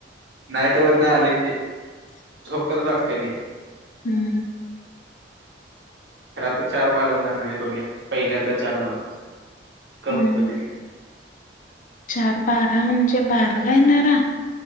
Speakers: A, on the right; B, on the left.
A: नाईट वरनं आले की झोपच लागत्या लय.
B: हम्म.
A: रात चार बारांदा नाय बघूया पहिल्यांदा चार बार. कंपनीतले
B: हम्म चार बारा म्हणजे बाराला येणारा.